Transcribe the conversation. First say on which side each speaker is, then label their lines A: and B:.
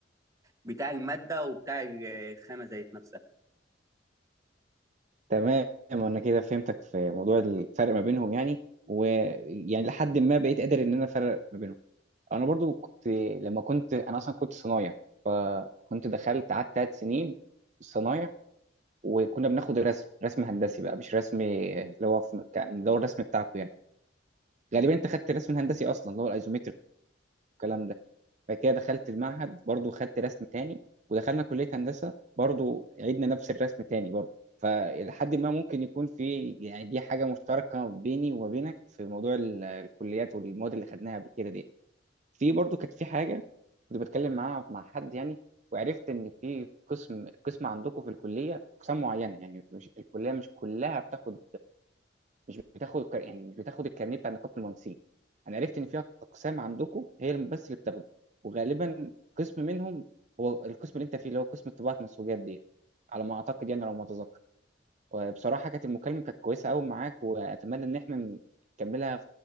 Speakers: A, on the right; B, on the right.
A: بتاع المادة وبتاع الخامة ذات نفسها.
B: تمام أنا كده فهمتك في موضوع الفرق ما بينهم يعني ويعني لحد ما بقيت قادر إن أنا أفرق ما بينهم انا برضو كنت لما كنت انا اصلا كنت صنايع فكنت دخلت قعدت ثلاث سنين صنايع وكنا بناخد رسم رسم هندسي بقى مش رسم اللي هو في- بتاع- اللي هو الرسم بتاعكم يعني غالبا انت خدت الرسم الهندسي اصلا اللي هو الايزومتر والكلام ده بعد كده دخلت المعهد برضو خدت رسم تاني ودخلنا كلية هندسة برضو عيدنا نفس الرسم تاني برضو فلحد ما ممكن يكون في يعني دي حاجة مشتركة بيني وما بينك في موضوع ال- الكليات والمواد اللي خدناها قبل كده دي في برضو كانت في حاجه كنت بتكلم معاها مع حد يعني وعرفت ان في قسم قسم عندكم في الكليه اقسام معينه يعني مش الكليه مش كلها بتاخد مش بتاخد الكار- يعني مش بتاخد الكارنيه بتاع نقابه المهندسين انا عرفت ان في اقسام عندكم هي الم- بس اللي بتاخده وغالبا قسم منهم هو القسم اللي انت فيه اللي هو قسم طباعه منسوجات دي على ما اعتقد يعني لو ما اتذكر وبصراحه كانت المكالمه كانت كويسه قوي معاك واتمنى ان احنا نكملها